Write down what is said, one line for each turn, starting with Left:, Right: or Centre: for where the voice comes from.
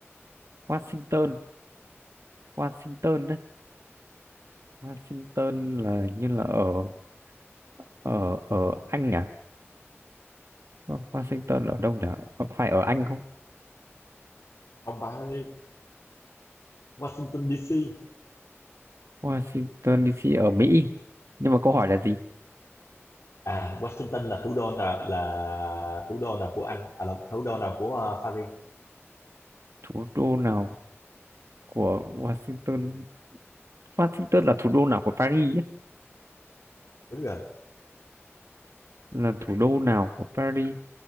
Right: Washington, Washington đấy. Washington là như là ở ở ở Anh à? Wa- Washington ở đâu nhỉ? Có phải ở Anh không?
Left: ông ba ơi Washington DC
Right: Washington DC ở Mỹ. Nhưng mà câu hỏi là gì?
Left: à Washington là thủ đô nào là thủ đô nào của Anh à là thủ đô nào của ờ, Paris
Right: Thủ đô nào của Washington? Washington là thủ đô nào của Paris?
Left: đúng rồi
Right: là thủ đô nào của Paris